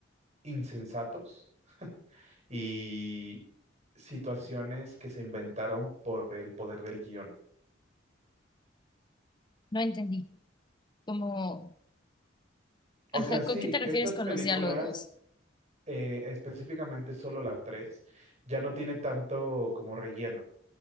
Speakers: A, on the right; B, on the left.
A: insensatos y situaciones que se inventaron por el poder del guión.
B: no entendí. Como, ajá,
A: O sea, sí,
B: ¿con qué te
A: que
B: refieres
A: estas
B: con
A: películas,
B: los diálogos?
A: eh, específicamente solo la 3 ya no tiene tanto como relleno.